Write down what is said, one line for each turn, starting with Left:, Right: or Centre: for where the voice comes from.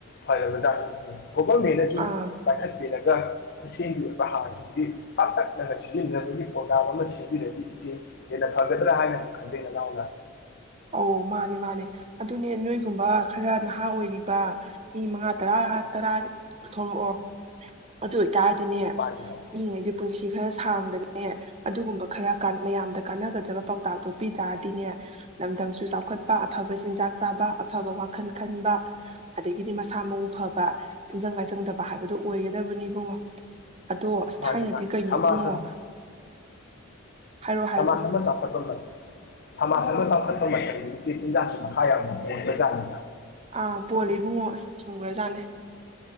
Left: ꯐꯔꯕꯖꯥꯠꯅꯤ ꯏꯆꯦ ꯒꯣꯚꯔꯃꯦꯟꯠ ꯅꯁꯨ
Right: ꯑꯥ
Left: ꯄꯥꯏꯈꯠ ꯄꯤꯔꯛ ꯑꯒ ꯈꯨꯠꯁꯦꯝꯒꯤ ꯑꯣꯏꯕ ꯍꯥꯥꯡꯁꯤꯡꯁꯤ ꯄꯥꯛꯇꯛꯅꯅ ꯁꯤꯖꯤꯟꯅꯕꯒꯤ ꯄ꯭ꯔꯣꯒ꯭ꯔꯥꯝ ꯑꯃ ꯁꯦꯝꯕꯤꯔꯗꯤ ꯏꯆꯦ ꯍꯦꯟꯅ ꯐꯒꯗ꯭ꯔꯥ ꯍꯥꯏꯅꯁꯨ ꯈꯟꯖꯩ ꯅꯅꯥꯎꯅ
Right: ꯑꯧ ꯃꯥꯅꯦ ꯃꯥꯅꯦ ꯑꯗꯨꯅꯦ ꯅꯣꯏꯒꯨꯝꯕ ꯈꯔꯥ ꯅꯍꯥ ꯑꯣꯏꯔꯤꯕ ꯃꯤ ꯃꯉꯥ ꯇꯔꯥ ꯇꯔꯥ ꯊꯣꯛꯂꯛꯑꯣ꯫ ꯑꯗꯨꯢ ꯇꯥꯔꯗꯤꯅꯦ
Left: ꯃꯥꯅꯤ ꯃꯥꯅꯤ
Right: ꯃꯤꯉꯩꯁꯦ ꯄꯨꯟꯁꯤ ꯈꯔꯥ ꯁꯥꯡꯗꯅ ꯑꯦ ꯑꯗꯨꯒꯨꯝꯕ ꯈꯔꯥ ꯀꯥꯟꯅ ꯃꯌꯥꯝꯗ ꯀꯥꯟꯅꯒꯗꯕ ꯄꯥꯎꯇꯥꯛꯇꯣ ꯄꯤ ꯇꯥꯔꯗꯤꯅꯦ ꯂꯝꯗꯝꯁꯨ ꯆꯥꯎꯈꯠꯄ ꯑꯐꯕ ꯆꯤꯟꯖꯥꯛ ꯆꯥꯕ ꯑꯐꯕ ꯋꯥꯈꯜ ꯈꯟꯕ ꯑꯗꯒꯤꯗꯤ ꯃꯁꯥ ꯃꯎ ꯐꯕ ꯇꯤꯟꯖꯪ ꯂꯥꯏꯖꯪꯗꯕ ꯍꯥꯏꯕꯗꯨ ꯑꯣꯏꯒ ꯗꯕꯅꯤ ꯏꯕꯨꯡꯉꯣ ꯑꯗꯣ ꯑꯁ
Left: ꯃꯥꯅꯤ
Right: ꯊꯥꯏꯅꯗꯤ
Left: ꯃꯥꯅꯤ
Right: ꯀꯩꯅꯣ
Left: ꯁꯃꯥꯖ
Right: ꯏꯕꯨꯡꯉꯣ ꯍꯥꯏꯔꯛꯑꯣ
Left: ꯁꯃꯥꯖ
Right: ꯍꯥꯏꯔꯛꯑꯣ
Left: ꯑꯃ ꯆꯥꯎꯈꯠꯄ ꯉꯝꯃꯤ꯫ ꯁꯃꯥꯖ ꯑꯃ ꯆꯥꯎꯈꯠꯄ ꯃꯇꯝꯗ ꯏꯆꯦ ꯆꯤꯟꯖꯥꯛꯀꯤ ꯃꯈꯥ ꯌꯥꯝꯅ ꯄꯣꯟꯕꯖꯥꯠꯅꯤꯗ꯫
Right: ꯑꯥ ꯄꯣꯜꯂꯦ ꯏꯕꯨꯡꯉꯣ ꯑꯁ ꯆꯨꯝꯒ꯭ꯔꯖꯥꯠꯅꯦ꯫ <inaudible>